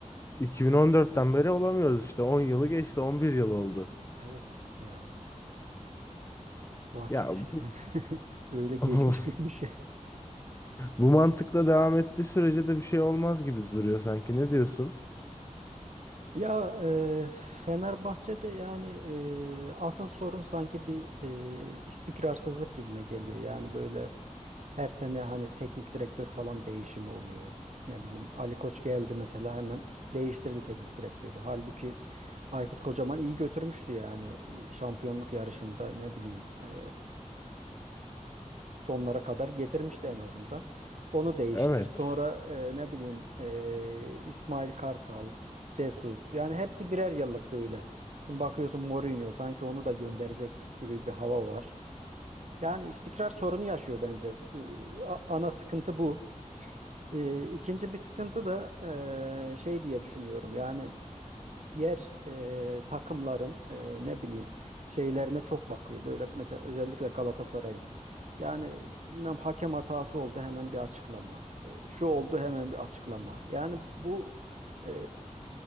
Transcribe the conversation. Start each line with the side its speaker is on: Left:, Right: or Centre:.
Left: 2014'ten beri olamıyoruz işte. 10 yılı geçti, 11 yıl oldu.
Right: Evet ya vakit
Left: Ya bu
Right: <laughs> öyle geçmiş
Left: <laughs>
Right: gitmiş.
Left: bu mantıkla devam ettiği sürece de bir şey olmaz gibi duruyor sanki. Ne diyorsun?
Right: Ya e, Fenerbahçe'de yani e, asıl sorun sanki bir e, istikrarsızlık gibime geliyor. Yani böyle Her sene hani teknik direktör falan değişimi oluyor. Ne bileyim Ali Koç geldi mesela hemen değiştirdi teknik direktörü. Halbuki Aykut Kocaman iyi götürmüştü yani E, şampiyonluk yarışında ne bileyim e, sonlara kadar getirmişti en azından. Onu değiştir.
Left: Evet.
Right: Sonra e, ne bileyim e, İsmail Kartal, Jesus yani hepsi birer yıllık böyle. Şimdi bakıyorsun Mourinho sanki onu da gönderecek gibi bir hava var. Yani istikrar sorunu yaşıyor bence. Ee, a- Ana sıkıntı bu. Ee, İkinci bir sıkıntı da e, şey diye düşünüyorum. Yani diğer e, takımların e, ne bileyim şeylerine çok bakıyor. Böyle mesela özellikle Galatasaray'ın. Yani bilmem hakem hatası oldu hemen bir açıklama. E, şu oldu hemen bir açıklama. Yani bu e,